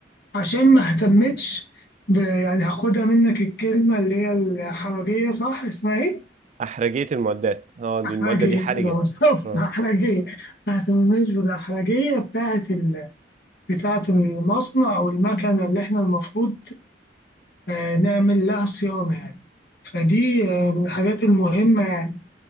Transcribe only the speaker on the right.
احرجيه المعدات اه دي
المعده دي حرجه
اه